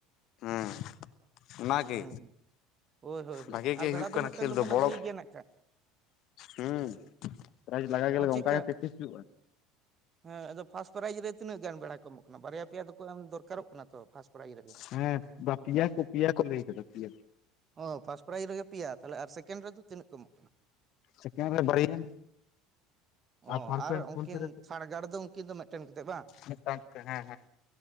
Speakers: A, on the left (about 50°); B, on the right (about 30°).
A: ᱦᱩᱸ, ᱚᱱᱟᱜᱮ
B: ᱦᱩᱸ ᱦᱳᱭ ᱦᱳᱭ ᱦᱳᱭ
A: ᱵᱷᱟᱜᱤ ᱜᱮ
B: ᱟᱨ ᱵᱷᱮᱲᱟ
A: ᱦᱩᱭᱩᱜ ᱠᱟᱱᱟ
B: ᱢᱤᱫᱴᱮᱱ
A: ᱠᱷᱮᱞ
B: ᱫᱚᱵᱚᱱ
A: ᱫᱚ ᱵᱚᱲᱚ
B: ᱟᱹᱜᱩᱭ ᱜᱮᱭᱟ ᱱᱟᱜ ᱠᱷᱟᱱ
A: ᱦᱩᱸ, ᱯᱨᱟᱭᱤᱡᱽ ᱞᱟᱜᱟᱜ ᱜᱮ
B: ᱟᱨ
A: ᱞᱟᱜᱟᱜ-ᱟ
B: ᱪᱮᱫᱠᱟ
A: ᱚᱝᱠᱟ ᱜᱮ ᱯᱮᱠᱴᱤᱥ ᱦᱩᱭᱩᱜ-ᱟ ᱾
B: ᱦᱮᱸ ᱟᱫᱚ ᱯᱷᱟᱥ ᱯᱨᱟᱭᱤᱡ ᱨᱮ ᱛᱤᱱᱟᱹᱜ ᱜᱟᱱ ᱵᱷᱮᱲᱟ ᱠᱚ ᱮᱢᱚᱜ ᱠᱟᱱᱟ ᱵᱟᱨᱭᱟ ᱯᱮᱭᱟ ᱫᱚ ᱠᱚ ᱮᱢ ᱫᱚᱨᱠᱟᱨᱚᱜ ᱠᱟᱱᱟ ᱛᱚ ᱯᱷᱟᱥᱴ ᱯᱨᱟᱭᱤᱡᱽ ᱨᱮᱜᱮ
A: ᱦᱩᱸ, ᱵᱟ ᱯᱮᱭᱟ ᱠᱚ ᱯᱮᱭᱟ ᱠᱚ ᱞᱟᱹᱭ ᱟᱠᱟᱫᱟ ᱯᱮᱭᱟ ᱾
B: ᱚ ᱯᱷᱟᱥᱴ ᱯᱨᱟᱭᱤᱡ ᱨᱮ ᱜᱮ ᱯᱮᱭᱟ ᱛᱟᱦᱚᱞᱮ ᱟᱨ ᱥᱮᱠᱮᱱᱰ ᱨᱮ ᱫᱚ ᱛᱤᱱᱟᱹᱜ ᱠᱚ ᱮᱢᱚᱜ ᱠᱟᱱᱟ ᱾
A: ᱥᱮᱠᱮᱱᱰ ᱨᱮ ᱵᱟᱨᱭᱟ
B: ᱚ
A: ᱯᱷᱟᱨᱠᱚ
B: ᱟᱨ
A: ᱤᱥᱠᱩᱞ
B: ᱩᱱ ᱠᱤᱱ
A: ᱯᱮᱨᱮ
B: ᱥᱟᱲᱜᱟᱲ ᱫᱚ ᱩᱱ ᱠᱤᱱ ᱫᱚ ᱢᱤᱫᱴᱮᱱ ᱠᱟᱛᱮᱫ ᱵᱟᱝ?
A: ᱢᱤᱫᱴᱟᱝ ᱦᱮᱸ ᱦᱮᱸ